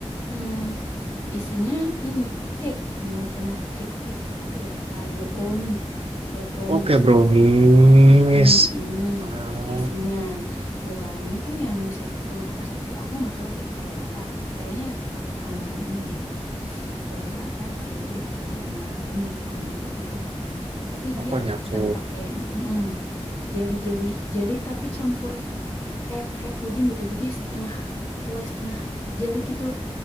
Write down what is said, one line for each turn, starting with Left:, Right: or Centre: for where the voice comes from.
Left: mm isinya ini cake benar-benar cake cake apa ya? Kayak brownie. Kayak brownies
Right: oke brownies.
Left: gitu. Mm-mm,
Right: Ah,
Left: gitu isinya. Luarnya itu yang bisa dikelupas gitu. Aku nggak tahu deh dari apa. Kayaknya pakai tambahan ini deh. Eh, apa jelly atau enggak ini konyako gitu. Tapi dia
Right: aku nyaku.
Left: eh, pakai mm-mm jelly jelly jelly tapi campur kayak kayak puding gitu. Jadi setengah kue setengah jelly gitu.